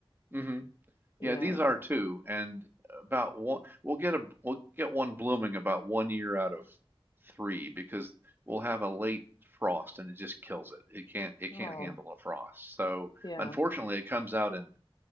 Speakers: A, on the right; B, on the left.
A: hmm
B: Yeah.
A: Yeah, these are too, and about one, we'll get a we'll get one blooming about one year out of three because we'll have a late frost and it just kills it. It can't it
B: Oh,
A: can't handle a frost. So
B: yeah.
A: unfortunately, it comes out in